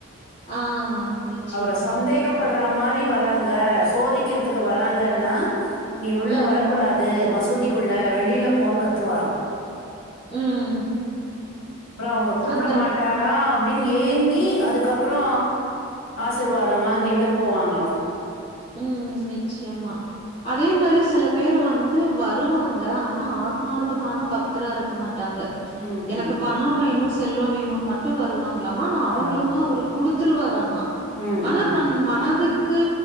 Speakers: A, on the left; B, on the left.
A: ஆ நிச்சயமா,
B: அவர சந்தேகப்பட்ற
A: நிச்சயமா.
B: மாரி வராங்க சோதிக்றதுக்கு வராங்கன்னா நீ உள்ள
A: ம்,
B: வரக்கூடாது மசூதிக்குள்ள வெளில போன்னு கத்துவாரா
A: ம்
B: அப்ற அவங்க கூப்பிட
A: அந்த
B: மாட்டாரா அப்படின்னு ஏங்கி அதுக்கப்றோ ஆசிர்வாத வாங்கீன்டு போவாங்களா
A: ம் நிச்சயமா அதே மாரி சில பேர் வந்து வருவாங்க ஆனா ஆத்மார்த்தமான பக்தரா இருக்க மாட்டாங்க
B: ம்
A: எனக்கு
B: ம்
A: பணோ வேணு செல்வோ வேணுனு மட்டு வருவாங்களாமா ஆனா அவங்களுக்கு
B: அதா
A: அவரு குடுத்துரு வாராமா
B: ம்
A: ஆனா
B: ம்
A: தன் மனதுக்கு